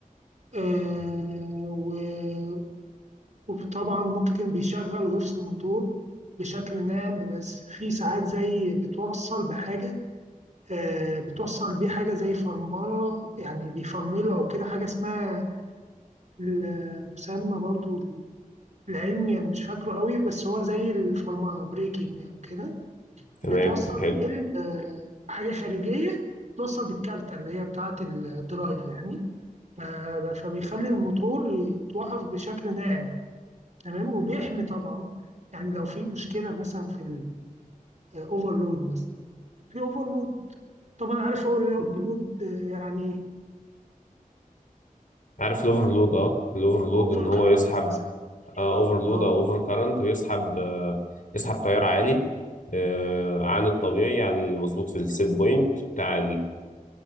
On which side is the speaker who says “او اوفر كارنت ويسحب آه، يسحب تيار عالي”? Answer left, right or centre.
Left